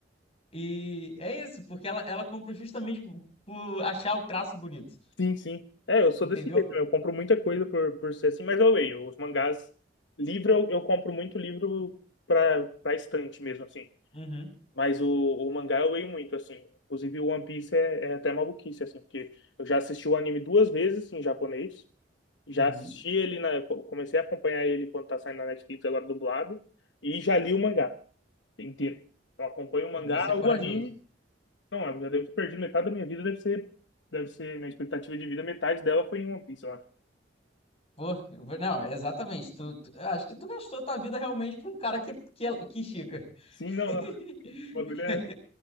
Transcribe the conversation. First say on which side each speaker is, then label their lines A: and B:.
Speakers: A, on the left (about 35°); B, on the left (about 80°).
A: E é isso, porque ela, ela compra justamente por, por achar o traço bonito.
B: Sim, sim. É, eu sou
A: Entendeu?
B: desse jeito, né? Eu compro muita coisa por, por ser assim, mas eu leio. Os mangás, livro, eu, eu compro muito livro pra, pra estante mesmo, assim.
A: Uhum,
B: Mas o, o mangá eu leio muito, assim. Inclusive, o One Piece é, é até maluquice, assim, porque eu já assisti o anime duas vezes em japonês. Já
A: uhum.
B: assisti ele na. eu Comecei a acompanhar ele quando tá saindo na Netflix agora dublado. E já li o mangá inteiro. Então acompanho o mangá,
A: Você é corajoso.
B: o anime não, eu já devo ter perdido metade da minha vida, deve ser, deve ser minha expectativa de vida, metade dela foi em One Piece, eu acho.
A: Pô, não, exatamente. Tu, tu- eu acho que tu gastou tua vida realmente pra um cara que, que, é- que estica.
B: Sim,
A: <laughs>
B: não, o bagulho é,